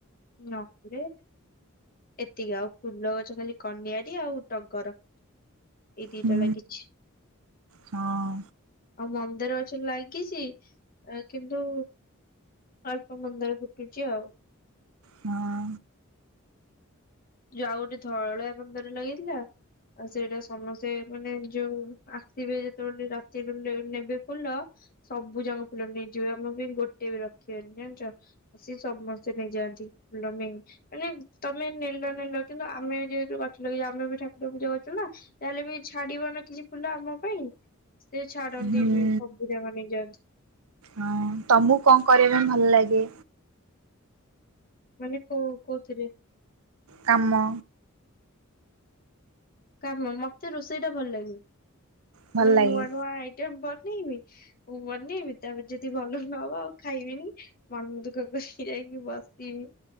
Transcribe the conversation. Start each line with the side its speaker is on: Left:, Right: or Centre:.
Left: ନହେଲେ ଏତିକି ଆଉ ଫୁଲ ଗଛ ଖାଲି କନଆରି ଆଉ ଟଗର। ଏଇଦିଇଟା
Right: ହୁଁ
Left: ଲାଗିଛି।
Right: ହଁ
Left: ଆଉ ମନ୍ଦାର ଗଛ ଲାଗିଛି କିନ୍ତୁ ଅଳ୍ପ ମନ୍ଦାର ଫୁଟଟୁଛି ଆଉ
Right: ହଁ
Left: ଯଉ ଆଉ ଗୋଟେ ଧଳା ମନ୍ଦାର ଲାଗିଥିଲା ଆଉ ସେଇଟା ସମସ୍ତେ ମାନେ ଯୋଉ ଆସିବେ ଯେତେବେଳେ ରାତିରୁ ନେବେ ଫୁଲ ସବୁଯାଙ୍କ ଫୁଲ ନେଇଯିବେ ଆମର ବି ଗୋଟେ ବି ରଖିବେନି ଜାଣିଛ ସିଏ ସମସ୍ତେ ନେଇଯାଆନ୍ତି ମାନେ ତମେ ନେଲେ ନେଲ ନେଲ କିନ୍ତୁ ଆମେ ଯେହେତୁ ଗଛ ଲଗେଇଛୁ ଆମେ ଠାକୁର ପୂଜା କରୁଛୁନା ତାହଲେ ବି ଛାଡିବ ନା କିଛି ଫୁଲ ଆମ ପାଇଁ ସେ ଛାଡନ୍ତିନି
Right: ହୁଁ
Left: ସବୁଯାଙ୍କ ନେଇଯାଆନ୍ତି
Right: ହଁ ତମକୁ କଣ କରିବା ପାଇଁ ଭଲ ଲାଗେ
Left: ମାନେ କଉ କୋଉଥିରେ
Right: କାମ
Left: କାମ ମତେ ରୋଷେଇଟା ଭଲ ଲାଗେ
Right: ଭଲ
Left: ମାନେ
Right: ଲାଗେ
Left: ନୂଆ ନୂଆ ଆଇଟମ ବନେଇବି ମୁଁ ବନେଇବି ତାପରେ ଯଦି ଭଲ ନ ହବ ଆଉ ଖାଇବିନି ମନ ଦୁଃଖ କରିକି ଯାଇି କି ବସିବି